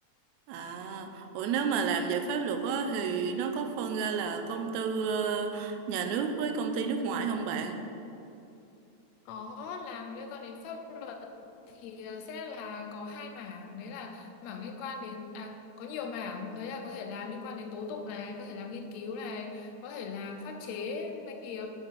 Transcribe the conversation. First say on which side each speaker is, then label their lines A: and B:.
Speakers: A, on the right; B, on the left.
A: À, ủa nếu mà làm về pháp luật á thì nó có phân ra là công tư ờ, nhà nước với công ty nước ngoài không bạn?
B: Có làm liên quan đến pháp luật thì ờ, sẽ là có hai mảng, đấy là mảng liên quan đến, à, có nhiều mảng, đấy là có thể làm liên quan đến tố tụng này, có thể làm nghiên cứu này, có thể làm pháp chế doanh nghiệp,